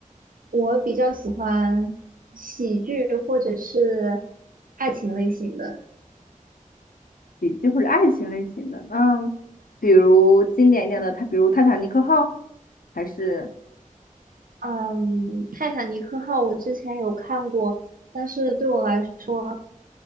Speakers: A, on the right; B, on the left.
A: 我比较喜欢喜剧或者是爱情类型的。
B: 喜剧或者爱情类型的？嗯，比如经典一点的，它比如《泰坦尼克号》，还是
A: 嗯，《泰坦尼克号》我之前有看过，但是对我来说